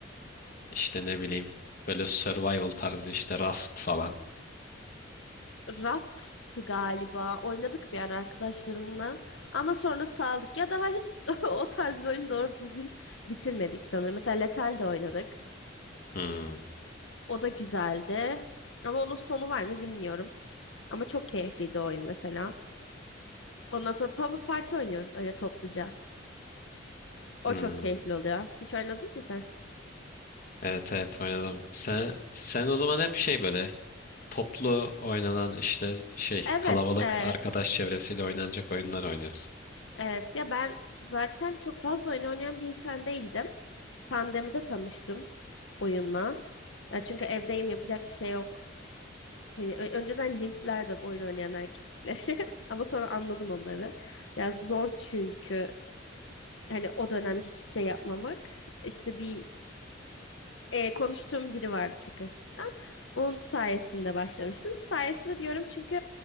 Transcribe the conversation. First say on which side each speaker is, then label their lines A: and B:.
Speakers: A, on the left; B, on the left.
A: işte ne bileyim. Böyle survival tarzı işte raft falan.
B: Raft'tı galiba. Oynadık bir ara arkadaşlarımla. Ama sonra saldık. Ya daha hiç <laughs> o tarz bir oyunu doğru düzgün bitirmedik sanırım. Mesela Lethal de oynadık.
A: Hmm.
B: O da güzeldi. Ama onun sonu var mı bilmiyorum. Ama çok keyifliydi o oyun mesela. Ondan sonra Pummel Party oynuyoruz öyle topluca. O
A: Hmm.
B: çok keyifli oluyor. Hiç oynadın mı sen?
A: Evet evet oynadım. Sen, sen o zaman hep şey böyle toplu oynanan işte şey
B: Evet,
A: kalabalık
B: evet.
A: arkadaş çevresiyle oynanacak oyunlar oynuyoruz.
B: Evet ya ben zaten çok fazla oyun oynayan bir insan değildim. Pandemide tanıştım oyunla. Ya çünkü evdeyim yapacak bir şey yok. Hani ö- önceden linçlerdim oyun oynayan erkekleri <laughs> ama sonra anladım onları. Ya zor çünkü hani o dönem hiçbir şey yapmamak. İşte bir e, konuştuğum biri vardı çok eskiden. Onun sayesinde başlamıştım. Sayesinde diyorum çünkü